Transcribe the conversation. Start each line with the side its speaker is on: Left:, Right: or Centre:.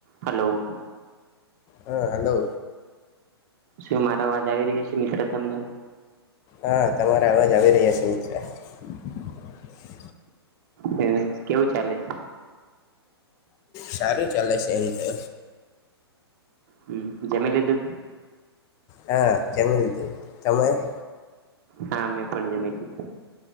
Right: Hello
Left: હા hello
Right: શું મારો અવાજ આવી રહ્યો છે, મિત્ર તમને
Left: હા, તમારા અવાજ આવી રહ્યા છે, મિત્ર
Right: હ, કેવું ચાલે છે.
Left: સારું ચાલે છે, એમ તો
Right: હમ્મ જમી લીધું
Left: હા, કેમ <unintelligible>
Right: હા, મેં પણ જમી લીઘું